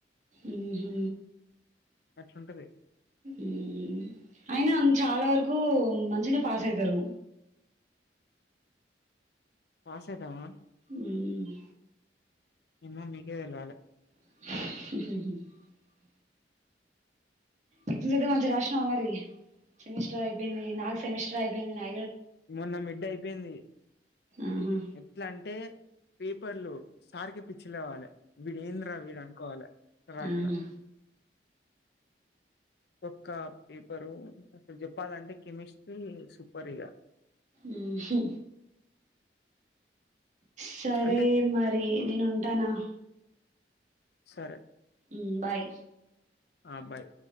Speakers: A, on the right; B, on the left.
A: ఉమ్ హు
B: అట్లుంటది
A: ఉమ్ అయినా చాలా వరకు మంచినే పాస్ అవుతారు
B: పాసైతామా
A: ఊ మ్
B: ఏమో మీకే తెలవాలే
A: <inaudible> ఎగ్జమ్స్ అయితే మంచిగా రాసినవా మరి సెమిస్టర్ అయిపోయింది నాకు సెమిస్టర్ అయిపోయింది నా
B: మొన్న మిడ్డ అయిపోయింది
A: ఆహా
B: ఎట్ల అంటే పేపర్లు సారికి పిచ్చిలేవ్వాలి వీడు ఏంద్రా వీడు అనుకోవాలి అట్ల రాసిన
A: ఆహా
B: ఒక్క పేపరు అసలు చెప్పాలంటే కెమిస్ట్రీ సూపర్ ఇగ
A: ఉమ్ హు సరే
B: అంటే
A: మరి నేను ఉంటానా
B: సరే
A: ఉమ్ బాయ్
B: ఆ బాయ్